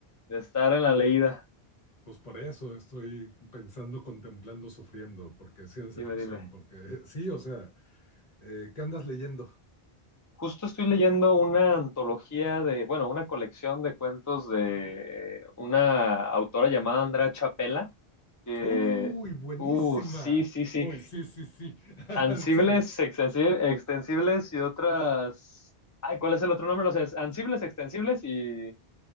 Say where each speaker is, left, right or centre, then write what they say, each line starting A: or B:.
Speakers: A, on the left; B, on the left.
A: de estar en la leída.
B: Pues por eso estoy pensando, contemplando, sufriendo, porque es ciencia
A: Dime,
B: ficción,
A: dime.
B: porque sí, o sea, eh, ¿qué andas leyendo?
A: Justo estoy leyendo una antología de, bueno, una colección de cuentos de una autora llamada Andrea Chapela, que,
B: ¡Uy, buenísima!
A: uh, sí, sí, sí.
B: Uy, sí, sí, sí. <laughs>
A: Ansibles,
B: Sigue.
A: extensi- extensibles y otras. Ay, ¿cuál es el otro nombre? No sé, es ansibles, extensibles y